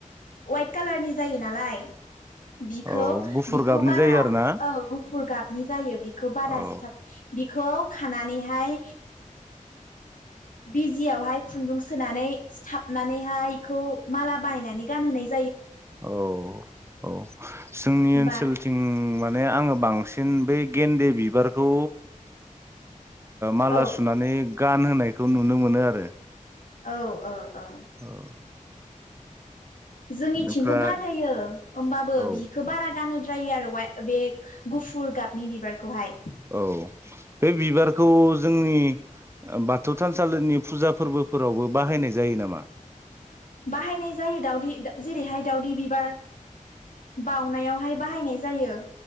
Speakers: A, on the left; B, on the right.
A: वाइट कालारनि जायो नालाय बिखौ
B: औ गुफुर
A: बिखौ
B: गाबनि
A: बारा
B: जायो आरोना
A: औ गुफुर गाबनि जायो। <unintelligible>
B: औ
A: बिखौ खानानैहाय बिजियावहाय खुन्दुं सोनानै सिथाबनानैहाय बेखौ माला बानायनानै गानहोनाय जा
B: औ औ जोंनि ओनसोलथिं
A: बा
B: माने आङो बांसिन बै गेन्दे बिबारखौ माला
A: औ
B: सुनानै गान होनाय खौ नुनो मोनो आरो
A: औ ओ ओ
B: औ
A: जोंनिथिंबो
B: ओमफ्राय
A: गानहोयो ओमबाबो
B: औ
A: बिखो बारा गानहोद्रायो आरो वाय बे गुफुर गाबनि बिबार खौहाय
B: औ बे बिबारखौ जोंनि बाथौ थानसालिनि फुजा फोरबो फोरावबो बाहायनाय जायो नामा
A: बाहायनाय जायो दावदै जेरैहाय दावदै बिबार बउनायावहाय बाहायनाय जायो